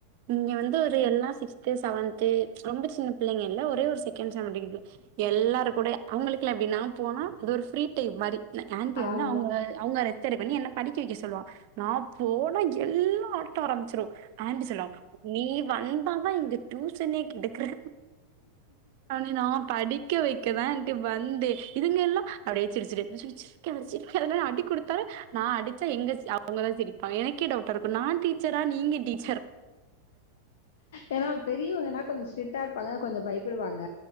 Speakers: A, on the right; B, on the left.
A: இங்க வந்து ஒரு எல்லா சிக்ஸ்த்து செவன்த்து ரொம்ப சின்ன பிள்ளைங்க இல்ல ஒரே ஒரு செகண்ட் ஸ்டாண்டர்ட் படிற புள்ள எல்லாரு கூடயூ அவங்களுக்குல்லா எப்டினா நா போனா அது ஒரு ஃப்ரீ டைம் மாரி ஆண்டி வந்து
B: ஆமா
A: அவ்வுங்க அவ்வுங்க ரொத்தரு பண்ணி என்ன படிக் டி வைக்க சொல்லுவான் நா போனா எல்லா ஆட்டோ ஆரம்பிச்சிரும் ஆன்ட்டி சொல்லுவாங் நீ வந்தாதா இந்த டூசனே கெடுக்கற அப்டின்னு நா படிக்க வைக்கதா ஆண்ட்டி வந்தே இதுங்கல்லா அப்டியே சிரிச்சிட்டே ந சிரிச் சிரிக்காபாரு சிரிக் அடி கொடுத்தாலூ நா அடி ச்சா எங்க அவங்கதா சிரிப்பாங்க எனக்கே டவுட்டா இருக்கும் நா டீச்சரா நீங்க டீச்
B: ஏன்னா பெரியவங்னா கொஞ்சோ ஸ்ட்ரிட்டா இருப்பாங்க கொஞ்சோ பயப்படுவாங்க